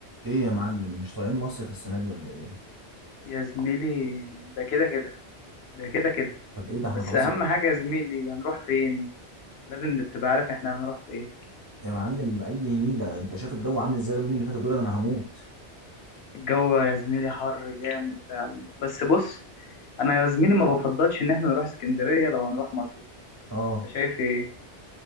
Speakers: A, on the right; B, on the left.
A: ايه يا معلم مش طالعين مصيف السنه دي ولا ايه
B: يا زميلي ده كده كده ده كده كده
A: طب ايه ده احنا
B: بس
A: خلاص
B: اهم حاجه يا زميلي هنروح فين لازم تبقى عارف احنا هنروح في ايه
A: يا معلم اي نيله انت شايف الجو عامل ازاي اليومين اللي فاتوا دول انا هموت
B: الجو يا زميلي حر جامد فعلا بس بص انا يا زميلي ما بفضلش ان احنا نروح اسكندريه لو هنروح مصيف
A: اه
B: انت شايف ايه